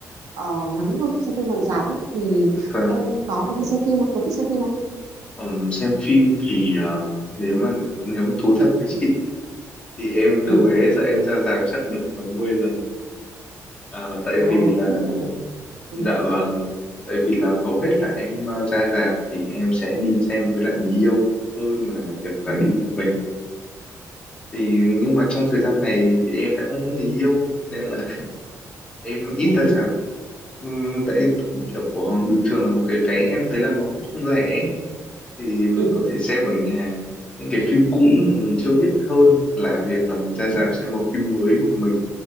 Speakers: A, on the right (about 80°); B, on the left (about 20°).
A: ờ, ngắn thôi xem phim ngoài rạp ấy. thì
B: và
A: em có hay đi xem phim không có thích xem phim không
B: ừm, xem phim thì ờ, nếu mà nếu mà thú thật với chị Thì em từ
A: ừ
B: bé giờ em ra rạp chắc được tầm 10 lần. À, tại
A: ờ
B: vì là,
A: biết rồi đấy à ừ
B: dạ vâng, tại vì là hầu hết là em ờ, ra rạp thì em sẽ đi xem với lại người yêu hơn là việc là
A: ừ
B: đi một mình. Thì nhưng mà trong thời gian này thì em đã không có người yêu nên là <laughs> em ít
A: ừ <laughs>
B: ra rạp. Ừm, tại kiểu ờ, bình thường là một cái vé em thấy là nó cũng không rẻ Thì mình
A: ừ
B: có thể xem ở nhà những cái phim cũ mà mình chưa biết hơn là việc là mình ra rạp
A: ừ
B: xem một phim mới một mình